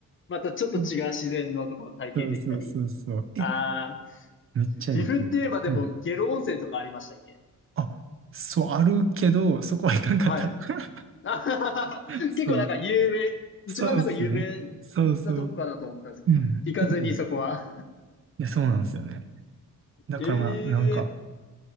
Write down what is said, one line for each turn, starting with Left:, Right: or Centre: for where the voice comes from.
Left: またちょっと違う自然のところを体験できたり。
Right: う。うんそうそうそうそう。え、
Left: ああ、
Right: めっちゃいいけど。
Left: 岐阜って言えばでも、
Right: うん
Left: 下呂温泉とかありましたっけ
Right: あ、そう、あるけど、そこはいかんかった。
Left: はい。
Right: <laughs>
Left: <laughs> あははは結構なんか有名、
Right: そう。
Left: 一番なんか有名
Right: そうっすね。そうそう。
Left: なとこかなと思ったんですけど、
Right: うん。
Left: 行かずにそこは。
Right: うん。いや、そうなんですよね。だからまあ、
Left: ええ
Right: なんか、